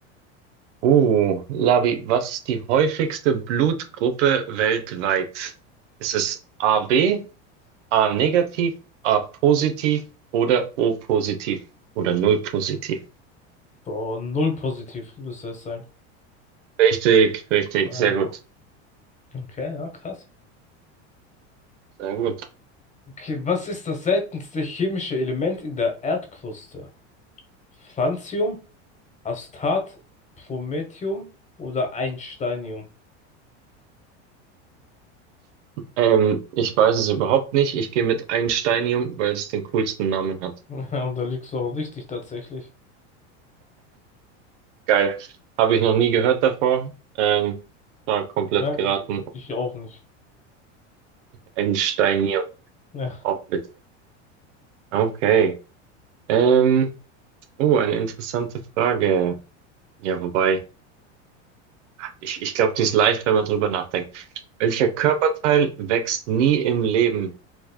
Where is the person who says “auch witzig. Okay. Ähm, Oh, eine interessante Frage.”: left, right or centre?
Right